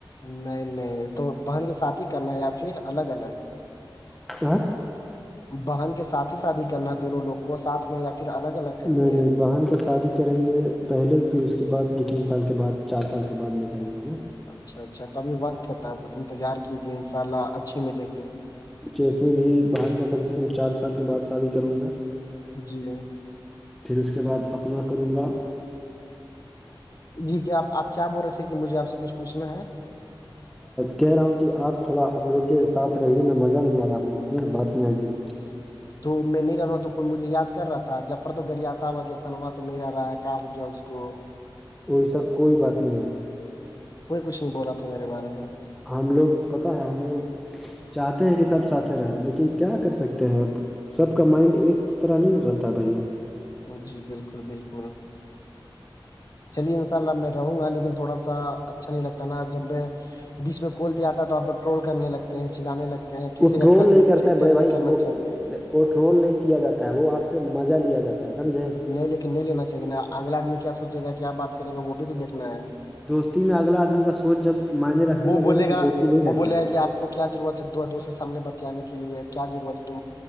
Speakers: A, on the left (about 45°); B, in the centre.
A: نہیں نہیں تو بہن کے ساتھ ہی کرنا ہے یا پھر الگ الگ
B: کیا
A: بہن کے ساتھ ہی شادی کرنا دونوں لوگ کو ساتھ میں یا پھر الگ الگ کرنی
B: نہیں
A: ہے
B: نہیں بہن کا شادی کریں گے پہلے پھر اس کے بعد دو تین سال کے بعد چار سال کے بعد میں کروں گا نا
A: اچھا اچھا تو ابھی وقت ہے تب انتظار کیجے ان شاء اللہ اچھی ملے گی
B: ویسے بھی بہن کا کم سے کم چار سال کے بعد شادی کروں گا
A: جی میں
B: پھر اس کے بعد اپنا کروں گا
A: جی کیا آپ کیا بول رہے تھے کہ مجھے آپ سے کچھ پوچھنا ہے
B: کہہ رہا ہوں کہ آپ تھوڑا ہم لوگ کے ساتھ رہیے نا مزہ نہیں آ رہا ہم لوگ کو نا بات آئی ہے
A: تو میں نہیں رہا ہوں تو کوئی مجھے یاد کر رہا تھا جفر تو گالیاتا ہے کہ سلوا تو آتا نہیں ہے کا ہو گیا اس کو
B: ویسا کوئی بات نہیں ہے
A: کوئی کچھ نہیں بول رہا تھا میرے بارے میں
B: ہم لوگ پتا ہے ہم لوگ چاہتے ہیں کہ سب ساتھ رہ لیکن کیا کر سکتے ہیں آپ سب کا مائنڈ ایک طرح نہیں رہتا بھیا
A: جی بالکل بالکل چلیے انشاء اللہ میں رہوں گا لیکن تھوڑا سا اچھا نہیں لگتا نا جب میں بیچ میں کول دیا آتا ہے تو آپ لوگ ٹول کرنے لگتے ہیں چلانے لگتے ہیں کسی
B: وہ
A: کا
B: ٹرول
A: قدر
B: نہیں کرتا ہے بڑے بھائی
A: کرنا
B: وہ
A: چاہیے
B: وہ ٹرول نہیں کیا جاتا ہے وہ آپ سے مزہ لیا جاتا ہے سمجھیں
A: نہیں لیکن نہیں لینا چاہیے نا اگلا آدمی کیا سوچے گا کیا بات کرے گا وہ بھی تو دیکھنا ہے
B: دوستی میں اگلا آدمی کا سوچ جب معائنے رکھنے
A: وہ
B: لگے
A: بولے
B: نا
A: گا
B: تو دوستی نہیں
A: وہ
B: رہتا
A: بولے
B: ہے
A: گا کہ آپ کو کیا ضرورت ہے دو دو سے سامنے بتانے کے لیے کیا ضرورت ہے تو